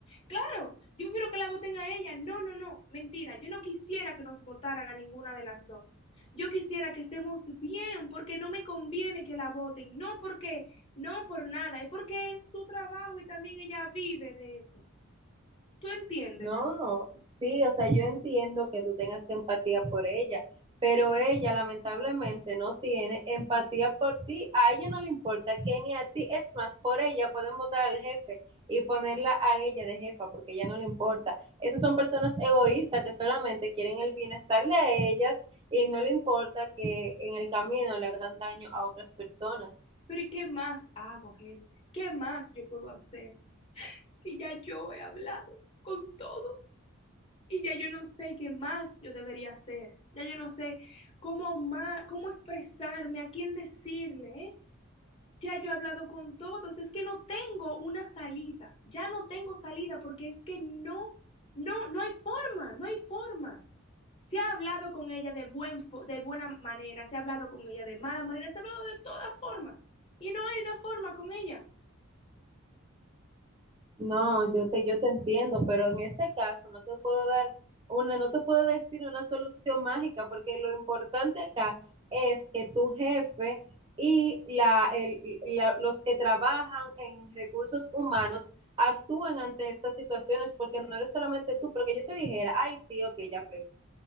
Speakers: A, on the left; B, on the right.
A: Claro, yo prefiero que la voten a ella. No, no, no, mentira. Yo no quisiera que nos votaran a ninguna de las dos. Yo quisiera que estemos bien porque no me conviene que la voten. No porque, no por nada, es porque es su trabajo y también ella vive de eso. ¿Tú entiendes?
B: No, sí, o sea, yo entiendo que tú tengas empatía por ella, pero ella lamentablemente no tiene empatía por ti. A ella no le importa que ni a ti. Es más, por ella pueden votar al jefe y ponerla a ella de jefa porque a ella no le importa. Esas son personas egoístas que solamente quieren el bienestar de ellas y no le importa que en el camino le hagan daño a otras personas.
A: Pero ¿y qué más hago, Génesis? ¿Qué más yo puedo hacer si ya yo he hablado con todos? Y ya yo no sé qué más yo debería hacer. Ya yo no sé cómo más, cómo expresarme, a quién decirle, ¿eh? Ya yo he hablado con todos, es que no tengo una salida, ya no tengo salida porque es que no, no, no hay forma, no hay forma. Se ha hablado con ella de buen fo- de buena manera, se ha hablado con ella de mala manera, se ha hablado de toda forma y no hay una forma con ella.
B: No, yo te, yo te entiendo, pero en ese caso no te puedo dar una, no te puedo decir una solución mágica, porque lo importante acá es que tu jefe y la, el- la- los que trabajan en recursos humanos actúen ante estas situaciones, porque no eres solamente tú, porque yo te dijera, ay, sí, ok, ya, Frey,